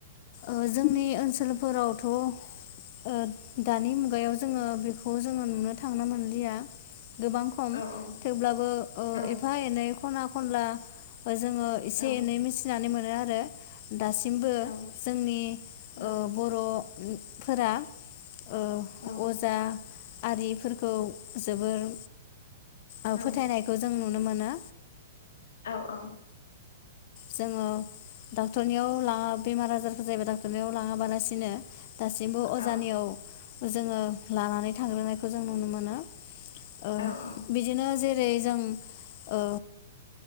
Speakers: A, on the left (about 45°); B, on the left (about 80°).
A: ओ जोंनि ओनसोलफोरावथ' ओ दानि मुगायाव जोङो बेखौ जोङो नुनो थांनो मोनलिया गोबां खम
B: औ औ
A: थेवब्लाबो ओ
B: औ
A: एफा एनै खना खनला जोङो एसे
B: औ
A: एनै मिथिनानै मोन नो आरो दासिमबो
B: औ
A: जोंनि
B: औ
A: ओ बर' फोरा ओ
B: औ
A: अजा आरिफोरखौ जोबोर ओ
B: औ
A: फोथायनायखौ जों नुनो मानो
B: औ औ
A: जोङो डक्टरनियाव लाङा बेमार आजारफोर जायोबा डाक्टरनियाव लाङाबालासिनो दासिमबो अजानियाव
B: औ
A: जोङो लानानै थांग्रोनायखौ जों नुनो मोनो ओ
B: औ औ औ औ
A: बिदिनो जे जेरै जों ओ